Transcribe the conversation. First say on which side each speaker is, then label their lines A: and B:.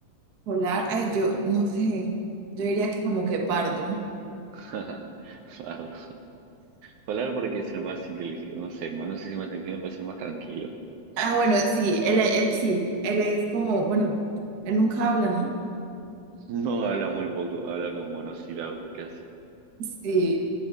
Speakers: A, on the right; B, on the right.
A: Polar, ay, yo no sé, yo diría que como que pardo.
B: <laughs> Bardo. Polar porque es el más inteligente, no sé, no sé si el más inteligente, pero es el más tranquilo.
A: Ah,
B: Ok.
A: bueno, sí, él, él sí, él es como, bueno, él nunca habla, ¿no?
B: No habla muy poco, habla con monosílabos casi.
A: Sí,